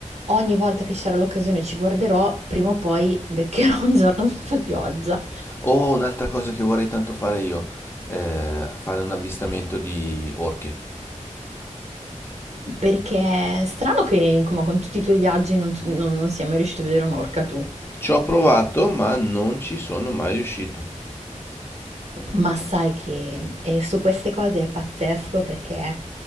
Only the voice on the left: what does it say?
Oh, un'altra cosa che vorrei tanto fare io, eh, fare un avvistamento di orche.
Ci ho provato, ma non ci sono mai riuscito.